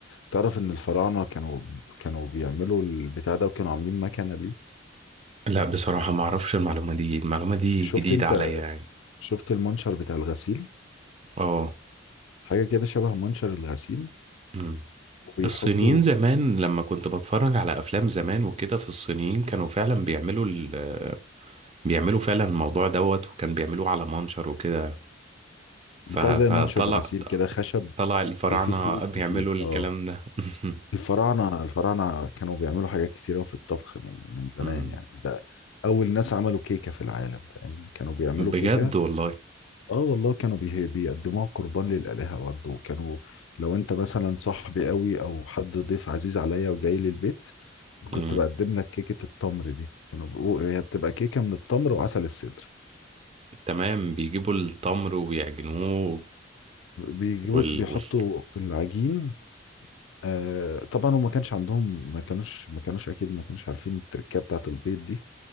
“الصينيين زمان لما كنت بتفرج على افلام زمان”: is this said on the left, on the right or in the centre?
Right